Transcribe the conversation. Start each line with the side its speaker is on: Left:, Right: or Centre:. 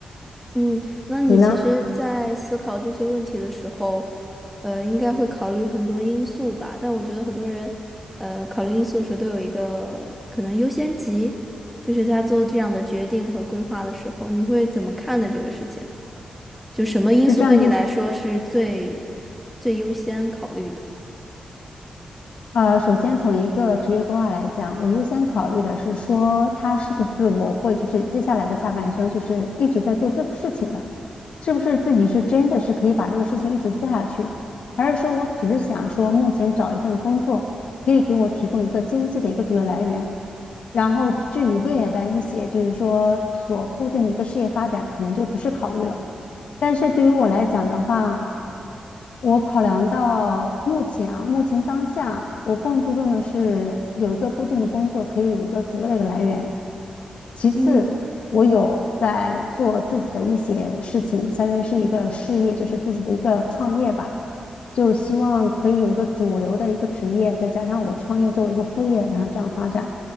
Centre: 嗯，那你其实，
Left: 你呢？
Centre: 在思考这些问题的时候，呃，应该会考虑很多因素吧？但我觉得很多人，呃，考虑因素的时候都有一个可能优先级，就是他做这样的决定和规划的时候，你会怎么看的这个事情？就什么因素对你来说是最
Left: 是这样，就是
Centre: 最优先考虑的？
Left: 呃，首先从一个职业规划来讲，我优先考虑的是说，他是不是我会就是接下来的下半生就是一直在做这个事情的，是不是自己是真的是可以把这个事情一直做下去，还是说我只是想说目前找一份工作可以给我提供一个经济的一个主要来源，然后至于未来的一些，就是说所固定的一个事业发展，可能就不是考虑了。但是对于我来讲的话，我考量到目前啊，目前当下，我更注重的是有一个固定的工作，可以有一个主要的一个来源。其次，
Centre: 嗯。
Left: 我有在做自己的一些事情，相当于是一个事业，就是自己的一个创业吧。就希望可以有一个主流的一个职业，再加上我创业作为一个副业，然后这样发展。